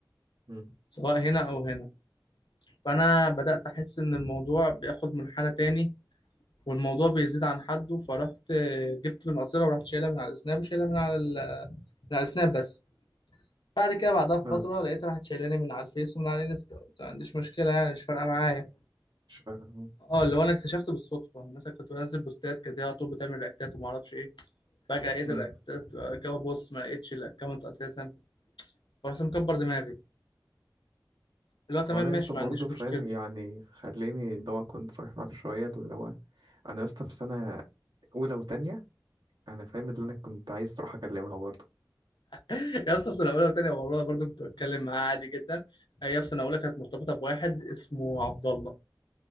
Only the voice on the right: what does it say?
مم.
اه
مش فاهم
مم.
وانا يا
اسطى برضه
فاهم
يعني خليني اللي هو كنت صريح معاك شوية اللي هو انا يا اسطى في سنة اولى وتانية انا فاهم اللي انا كنت عايز اروح اكلمها برضه